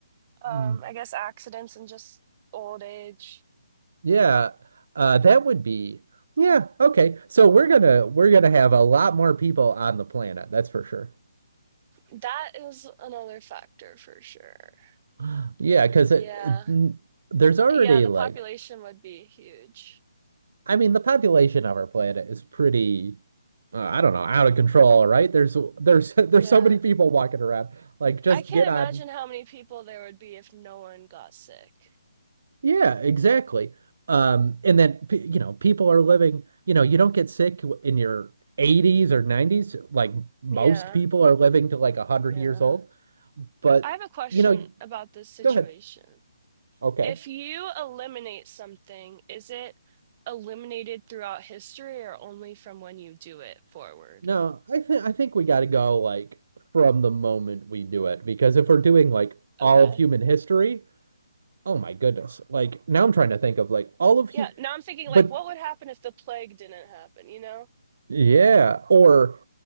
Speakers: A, on the right (about 30°); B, on the right (about 55°).
A: Um,
B: Hmm.
A: I guess accidents and just old age.
B: Yeah, uh, that would be yeah, okay. So we're gonna we're gonna have a lot more people on the planet, that's for sure.
A: That is another factor for sure.
B: <gasps> Yeah, because
A: Yeah.
B: it, it- there's already
A: Yeah, the
B: like
A: population would be huge.
B: I mean the population of our planet is pretty uh, I don't know, out of control, right? There's there's <laughs> there's
A: Yeah,
B: so many people walking around. Like just
A: I can't
B: get
A: imagine
B: on
A: how many people there would be if no one got sick.
B: Yeah, exactly. Um, and then p- you know, people are living, you know, you don't get sick in your 80s or 90s, like most
A: Yeah,
B: people are living to like 100
A: yeah.
B: years old. But
A: I have a question
B: you know,
A: about this situation.
B: go ahead. Okay.
A: If you eliminate something, is it eliminated throughout history or only from when you do it forward?
B: No, I think I think we got to go like from the moment we do it because if we're doing like all
A: Okay.
B: of human history, oh my goodness. Like now I'm trying to think of like all of hu
A: Yeah, now I'm thinking
B: but
A: like what would happen if the plague didn't happen, you know?
B: Yeah, or